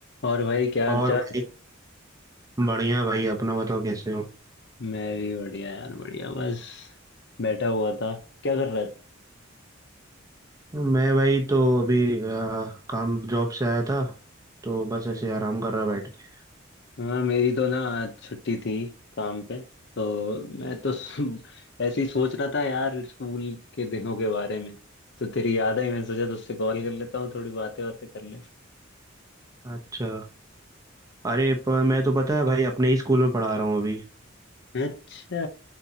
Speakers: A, on the left (about 60°); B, on the right (about 15°).
A: और भाई क्या हाल
B: और
A: चाल
B: भाई बढ़िया भाई अपना बताओ कैसे हो
A: मैं भी बढ़िया यार बढ़िया बस बैठा हुआ था क्या कर रहा था
B: मैं भाई तो अभी आ, काम जॉब से आया था तो बस ऐसे
A: हम्म,
B: आराम कर रहा बैठ के
A: हाँ मेरी तो ना आज छुट्टी थी काम पे तो मैं तो <laughs> सो- ऐसे ही सोच रहा था यार स्कूल के दिनों के बारे में तो तेरी याद आई मैंने सोचा तुझसे कॉल कर लेता हूँ थोड़ी बातें बातें कर ले
B: अच्छा अरे प- मैं तो पता है भाई अपने ही स्कूल में पढ़ा रहा हूँ अभी
A: अच्छा